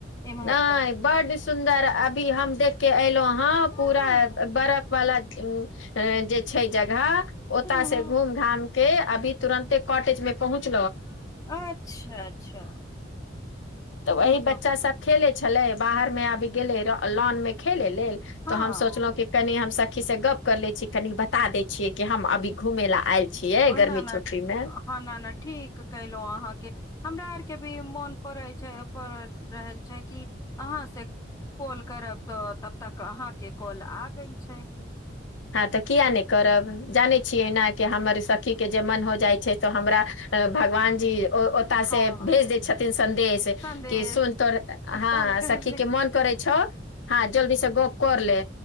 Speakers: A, on the left; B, on the left.
A: एम्हर
B: नहि
A: तऽ
B: बड सुन्दर अभी हम देख के एल अहाँ
A: हँ
B: पूरा बर्फ वाला जे छै जगह ओतसे
A: हँ हँ
B: घुम घाम क के अभी तुरन्ते कॉटेज मे पहुँच
A: अच्छा अच्छा
B: तऽ वही
A: ई तो
B: बच्चा सब खेलैइ छलै बाहर में आबि गेलै र लाॅन मे खेले लेल
A: हँ
B: तऽ हम सोचलहुं कि कनि हम सखी से गप कर ले छी कनि बता दै छियै कि हम अभी घुमे ला आयल छियै
A: ना
B: गर्मी
A: ना
B: छुट्टी में
A: हँ ना ना ठीक कयलहुँ अहाँके हमरा आर के भी मोन पड़ै छैइ पड़ रहल छै कि अहाँ से कोल करब तऽ तब तक अहाँके कॉल आ गेल छय
B: <unintelligible> तऽ किया न करब जानै छियै न कि हमर इस सखी के जे मन हो जाइ छैइ त हमरा भगवान जी ओत
A: हँ
B: से भेज दै छथिन संदेश
A: संदेश
B: कि सुन तोर
A: की
B: हँअ्
A: कॉल कर
B: सखी
A: ले
B: के मन करे छौ हँअ् जल्दी से गप कर ले